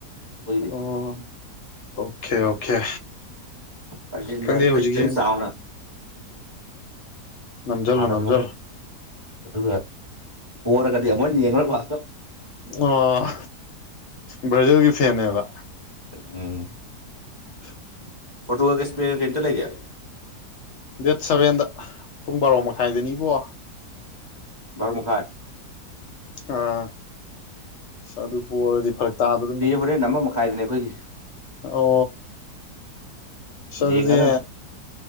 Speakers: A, on the right (about 20°); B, on the left (about 65°).
A: ꯈꯣꯏꯗꯤ
B: ꯑꯣ ꯑꯣꯀꯦ ꯑꯣꯀꯦ
A: ꯄꯆꯗ
B: ꯈꯪꯗꯦ ꯍꯧꯖꯤꯛꯁꯦ
A: ꯑꯪ ꯁꯥꯥꯎꯅ
B: ꯅꯝꯁꯤꯜꯂꯣ
A: ꯊꯥꯔꯝꯃꯒ
B: ꯅꯝꯁꯤꯜꯂꯣ
A: ꯑꯗꯨꯒ ꯀꯔꯒꯗꯤ ꯑꯃꯨꯛꯅ ꯌꯦꯡꯂꯡꯉꯒ ꯂꯀꯞ
B: ꯑꯣ ꯕ꯭ꯔꯥꯖꯤꯜꯒꯤ ꯐꯦꯟꯅꯦꯕ
A: ꯑꯝ
B: <inaudible>
A: ꯄꯣꯔꯇꯨꯒꯜꯒ ꯁꯄꯦꯟꯒ ꯀꯩ ꯅꯨꯃꯤꯠꯇ ꯂꯩꯒꯦ
B: ꯗꯦꯠ ꯁꯚꯦꯟꯗ ꯄꯨꯡ ꯕꯥꯔꯣ ꯃꯈꯥꯏꯗꯅꯤ ꯏꯕꯣ
A: ꯕꯔꯣ ꯃꯈꯥꯏ
B: ꯑꯥ ꯑꯁ ꯑꯗꯨꯕꯨ ꯑꯣꯏꯔꯗꯤ ꯐꯔꯛ ꯇꯥꯗ ꯑꯗꯨꯝ
A: ꯍꯨꯔꯦꯟ ꯑꯃ ꯃꯈꯥꯏꯗꯅꯦ ꯑꯩꯈꯣꯏꯒꯤ
B: ꯑꯣ ꯁꯣ ꯑꯗꯨꯗꯤ
A: ꯌꯦꯡꯒꯗꯕꯅꯤ